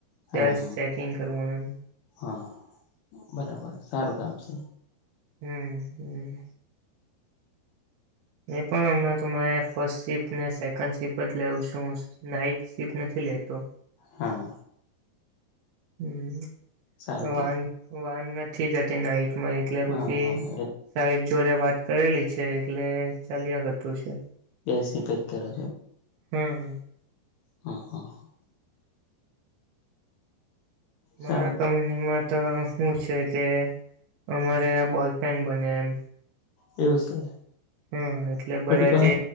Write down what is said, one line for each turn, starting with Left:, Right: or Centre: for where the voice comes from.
Right: સેલ્સ
Left: હા હા
Right: ચેકિંગ કરવાનું એમ
Left: હા બરાબર સારું કામ છે
Right: હમ્મ હમ્મ હમ્મ એ પણ હમના તમારે ફર્સ્ટ સિફટ ને સેકન્ડ સીફટ જ લેવું છું નાઈટ શિફ્ટ નથી લેતો
Left: હા
Right: હમ
Left: સારું
Right: વાન
Left: કે
Right: વાન નથી જતી નાઈટ માં એકલે
Left: હા
Right: પછી
Left: હા
Right: સાહેબ જોડે વાત કરેલી છે એટલે ચાલ્યા કરતું છે
Left: બેસી પેક કરો
Right: હમ્મ
Left: હ હ
Right: મારા
Left: સારું
Right: કંપનીમાં તો હુ છે કે અમારે બોલફેન બને એમ
Left: એવું છે
Right: હમ્મ એટલે બધા
Left: બધી બહાર
Right: જે